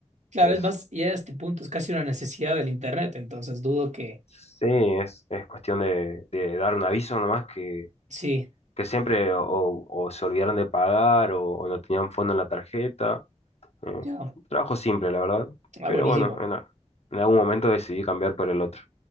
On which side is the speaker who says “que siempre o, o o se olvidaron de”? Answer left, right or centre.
Left